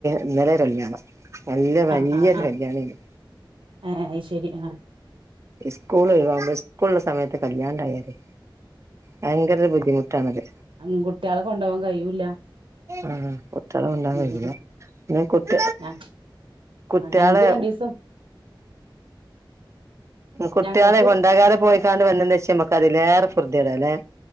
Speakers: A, on the right (about 35°); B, on the right (about 85°).
A: ഇന്നല കല്യാണം നല്ല വലിയൊരു
B: ആ ആ ആ
A: കല്യാണല്
B: ഏ അയ്ശരി ആ
A: സ്കൂള് ഇ പ്പള്ള സമയത്ത് കല്യാണണ്ടായാലേ ഭയങ്കര ബുദ്ധിമുട്ടാണത്
B: ഉം കുട്ട്യാളെ കൊണ്ടോവാൻ കഴിയൂല്ല
A: ആ കുട്ട്യാളെ കൊണ്ടവാൻ
B: ഉം
A: കയ്യൂല
B: ഉം
A: അ കുട്ട
B: ആ
A: കുട്ട്യാള്
B: ആഹ് ഞങ്ങക്ക് രണ്ടീസം
A: കുട്ട്യാളെ
B: ഞങ്ങക്ക്
A: കൊണ്ടാകാതെ പോയിക്കാണ്ട് വന്നച്ച കതിലേറെ ഫൊർത്യേട ല്ലേ